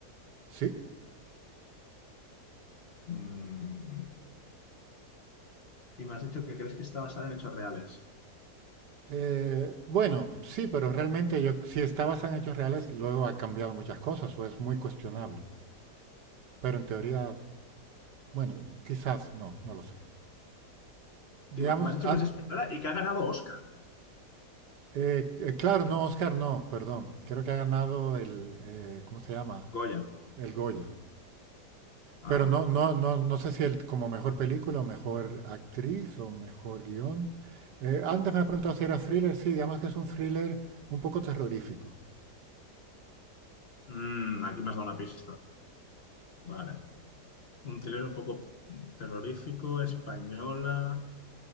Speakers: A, on the right; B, on the left.
A: sí.
B: Mm, y me has dicho que crees que está basada en hechos reales.
A: Eh, bueno, sí, pero realmente yo, si está basada en hechos reales, luego ha cambiado muchas cosas o es muy cuestionable. Pero en teoría, bueno, quizás no, no lo sé.
B: Y
A: Digamos,
B: me me has dicho
A: an-
B: que es española y que ha ganado Oscar.
A: eh, eh, claro, no, Oscar, no, perdón. Creo que ha ganado el, eh, ¿cómo se llama?
B: Goya.
A: El Goya.
B: Ah,
A: Pero no, no,
B: vale.
A: no, no sé si el, como mejor película o mejor actriz o mejor guión. Eh, antes me ha preguntado si era thriller. Sí, digamos que es un thriller un poco terrorífico.
B: Mm, aquí me has dado una pista. Vale. Un thriller un poco terrorífico, española.